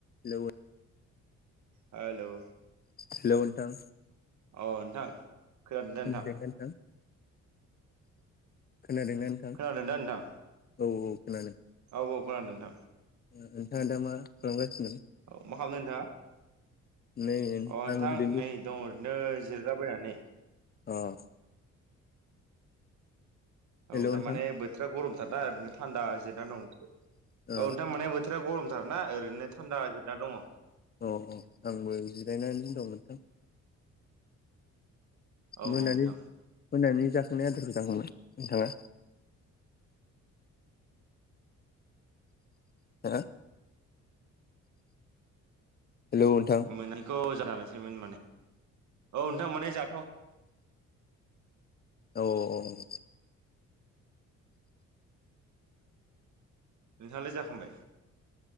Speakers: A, on the left; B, on the right.
A: Hello
B: hello
A: hello नोंथां।
B: अ नोंथां खोनादों दा
A: खोनादोना नोंथां? खोनादोंना
B: खोनादोंदा नोंथां?
A: औ औ खोनादों।
B: औ औ खोनादों नोंथां।
A: ओ नोंथाङा दा मा खालामगासिनो?
B: औ मा खालामदों नोंथाङा?
A: नै
B: अ नोंथां
A: आं ओरैनो
B: नै दं ओरैनो जिरायलाबायनानै।
A: अ हेलौ
B: औ दामाने
A: नोंथां
B: बोथोरा गरमथारना ओरैनो थान्दा जिरना दं औनोंथां
A: ओ
B: माने थोरा गरमथारना ओरैनो थान्दा जिरना दङ
A: अ अ आंबो जिरायनानै दं नोंथां
B: औ
A: मोनानि
B: नोंथां
A: मोनानि जाखांनाय आदारखौ जाखांबाय नोंथाङा हो हेलौ नोंथां
B: मोननैखौ जानोसैमोन माने औ नोंथ माने जा
A: ओ औ औ
B: नोंथाङालाय जाखांबाय?